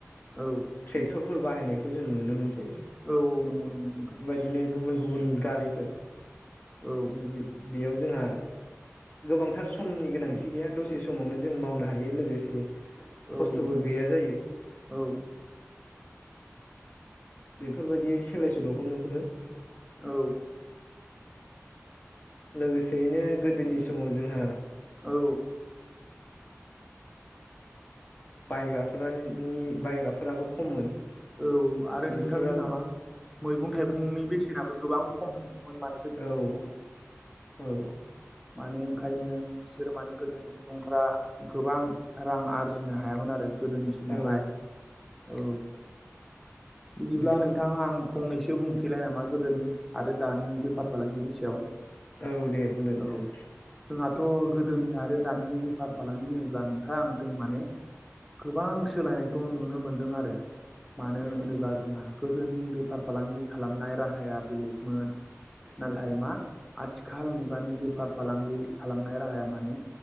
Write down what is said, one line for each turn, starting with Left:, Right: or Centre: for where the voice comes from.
Centre: औ।
Left: ट्रेक्टरफोर बाहायनायखौ जों नुनो मोनसै।
Centre: औ औ नोंगौ नोंगौ नोंथां‌
Left: बिदिनो गुबुन गुबुन गारिफोर
Centre: औ
Left: बि-बि-बेयाव जोंहा गोबांथार समनि गोनांथि गैया दसे समावनो जों मावनो हायो। लोगोसे
Centre: औ
Left: खस्थ'बो
Centre: औ
Left: गैया जायो
Centre: औ।
Left: बेफोरबायदि सोलाय सोल'खौ नुहरो।
Centre: औ।
Left: लोगोसेयैनो गोदोनि समाव जोंहा
Centre: औ।
Left: बायग्राफोराननि बायग्राफोराबो खममोन।
Centre: औ आरो
Left: बेफोराव
Centre: नोंथां जोंङा मा मैगं थाइगंनि बेसेनाबो गोबां खममोन माने। गोदोनि
Left: औ
Centre: समावहाय
Left: औ।
Centre: मानो ओंखायनो बिसोर माने गोदोनि सुबुंफ्रा गोबां रां आरजिनो हायामोन आरो। गोदोनि समावहाय
Left: औ
Centre: औ बिदिब्ला
Left: बेफोर
Centre: नोंथां आं फंनैसो बुंसैलाय नामा गोदोनि आरो दानि बेफार फालांगिनि सायाव?
Left: औ दे बुंदो नोंथां।
Centre: औ जोंहाथ' गोदोनि आरो दानि बेफार फालांगि होनोब्ला नोंथां जों माने गोबां सोलायनायखौ नुनो मोन्दों आरो। मानो
Left: औ
Centre: होनोब्ला जोंहा गोदोनि बेफार फालांगि खालामनाय राहाया बेलेगमोन
Left: औ
Centre: नाथाय मा आथिखाल मुगानि बेफार फालांगि खालामनाय राहाया मानि